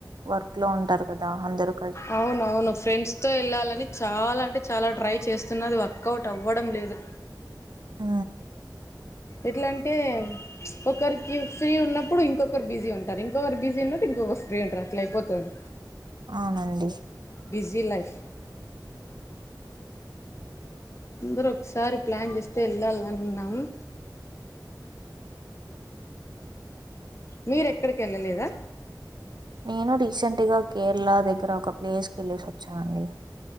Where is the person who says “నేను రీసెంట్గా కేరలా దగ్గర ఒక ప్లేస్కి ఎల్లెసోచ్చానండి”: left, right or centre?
Right